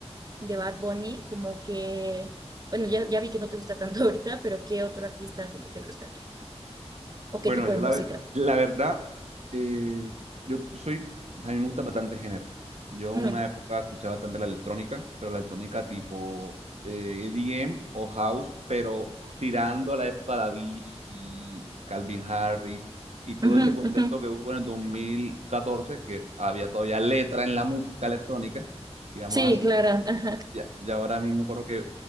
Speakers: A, on the right (about 35°); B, on the right (about 75°).
A: de Bad Bunny, como que, bueno, ya, ya vi que no te gusta tanto <laughs> ahorita, pero ¿qué otro artista como te gusta? ¿O qué
B: Bueno,
A: tipo
B: yo
A: de música?
B: la, ve- la verdad, eh, yo soy, a mí me gusta bastante género. Yo
A: Ujú,
B: en una época escuchaba bastante la electrónica, pero la electrónica tipo eh, EDM o house, pero tirando a la época de Avicii, Calvin Harris y todo
A: ujú,
B: ese concepto
A: ujú.
B: que hubo en el 2014 que había todavía letra en la música electrónica, digamos
A: Sí,
B: así.
A: claro. Ajá.
B: Ya, ya ahora mismo creo que